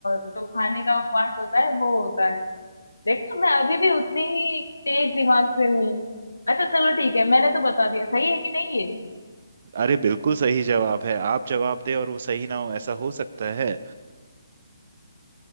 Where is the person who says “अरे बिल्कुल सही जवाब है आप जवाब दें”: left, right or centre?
Right